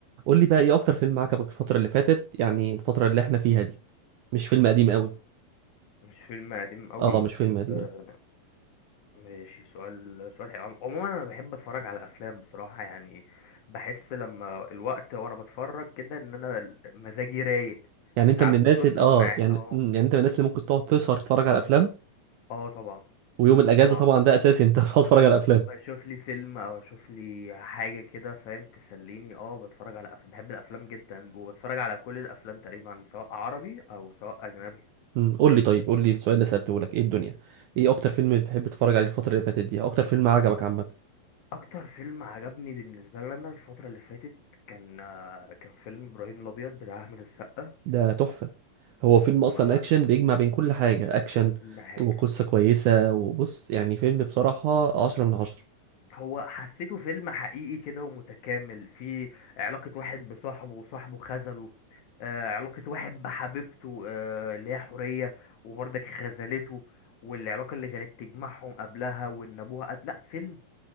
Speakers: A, on the right; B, on the left.
A: قول لي بقى ايه اكتر فيلم عجبك الفترة اللي فاتت يعني الفترة اللي احنا فيها دي مش فيلم قديم قوي
B: مش فيلم قديم قوي
A: اه مش فيلم قديم
B: آه،
A: قوي.
B: ماشي سؤال سؤال حلو. عم- عموما انا بحب اتفرج على افلام بصراحة يعني بحس لما الوقت وانا بتفرج كده ان انا ال- مزاجي رايق
A: يعني انت
B: ساعات
A: من الناس
B: بتطلب
A: اللي اه
B: معايا
A: يعني
B: اه
A: مم، يعني انت من الناس اللي ممكن تقعد تسهر تتفرج على افلام
B: اه طبعا
A: ويوم الاجازة
B: طبعا
A: طبعا ده اساسي انت <laughs> بتقعد تتفرج على افلام
B: بشوف لي فيلم او اشوف لي حاجة كده فاهم تسليني اه بتفرج على أف... بحب الافلام جدا وبتفرج على كل الافلام تقريبا سواء عربي او سواء اجنبي
A: مم، قول لي طيب قول لي السؤال اللي سألته لك ايه الدنيا ايه اكتر فيلم بتحب تتفرج عليه الفترة اللي فاتت دي أو اكتر فيلم عجبك عامة
B: اكتر فيلم عجبني بالنسبه لي انا الفتره اللي فاتت كان آه، كان فيلم ابراهيم الابيض بتاع احمد السقا
A: ده تحفة هو فيلم
B: وكل
A: اصلا اكشن بيجمع بين كل حاجة اكشن
B: حاجه
A: وقصة
B: مم.
A: كويسة وبص يعني فيلم بصراحة عشرة من عشرة
B: هو حسيته فيلم حقيقي كده ومتكامل فيه علاقه واحد بصاحبه وصاحبه خذله آه، علاقه واحد بحبيبته آه، اللي هي حوريه وبرضك خذلته والعلاقه اللي كانت تجمعهم قبلها وان ابوها قتل لا فيلم